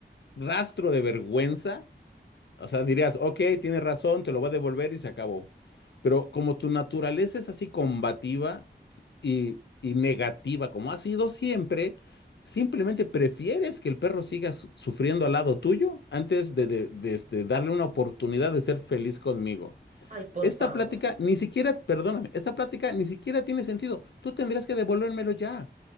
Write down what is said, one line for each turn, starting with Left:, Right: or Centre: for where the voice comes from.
Left: rastro de vergüenza, o sea, dirías, ok, tienes razón, te lo voy a devolver y se acabó. Pero como tu naturaleza es así combativa y, y negativa, como ha sido siempre, simplemente prefieres que el perro siga su- sufriendo al lado tuyo antes de, de- de, este, darle una oportunidad de ser feliz conmigo.
Right: Ay, por
Left: Esta
Right: favor.
Left: plática ni siquiera, perdóname, esta plática ni siquiera tiene sentido. Tú tendrías que devolvérmelo ya